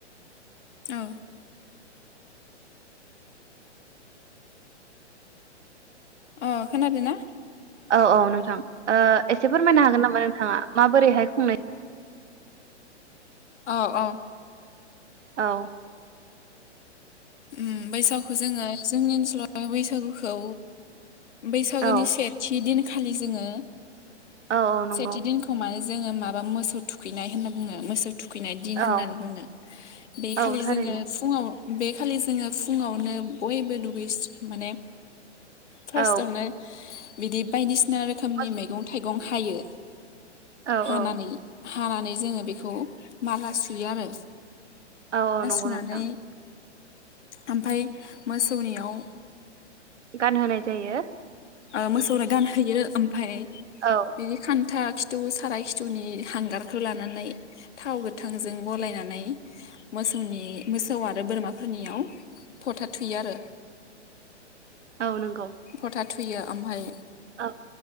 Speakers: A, on the left; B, on the right.
A: औ अ खोनादोंना
B: औ औ नोंथां ओ एसे फोरमायनो हागोन नामा नों <unintelligible> माबोरैहाय खुंनाय
A: औ औ
B: औ
A: उम बैसागु जोङो जोंनि ओनसोलाव बैसागुखौ बैसागोनि
B: औ
A: सेथि दिन खालि जोङो
B: औ औ नंगौ
A: सेथिदिन खमा जोङो माबा मोसौ थुखैनाय होनना बुङो मोसौ थुखैनाय दिन
B: औ
A: होननानै बुङो बे खालि
B: औ थारैनो
A: जोङो फुङाव बे खालि जोङो फुङावनो बयबो दुगैस माने फार्स्टआवनो
B: औ
A: बिदि बायदिसिना नि रोखोमनि
B: औ
A: मैंगं थाइगं गंहायो
B: औ
A: हानानै
B: औ
A: हानानै जोङो बेखौ माला सुयो आरो
B: औ औ नंगौ
A: <unintelligible>
B: नोंथां
A: ओमफाय मोसौनियाव
B: गानहोनाय जायो
A: अ मोसौनो गानहोयो ओमफाय
B: औ
A: बिदि खान्था खिथु साराय खिथौनि हांगारखौ लानानै थाव गोथांजों गलायनानै मोसौनि मोसौ आरो बोरमाफोरनियाव फथा थुयो आरो
B: औ नंगौ
A: फथा थुयो ओमफाय
B: औ